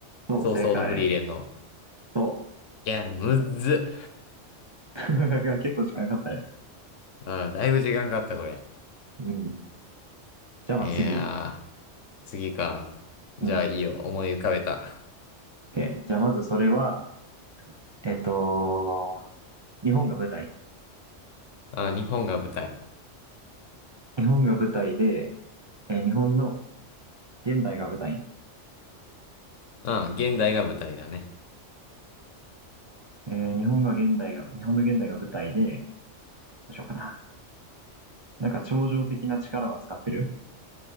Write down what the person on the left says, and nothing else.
早々のフリーレンの。
いや、むっず。
うん、だいぶ時間かかった、これ。
いやー、次か。じゃあ、
いいよ。思い浮かべた。
あ、日本が舞台。
うん、現代が舞台だね。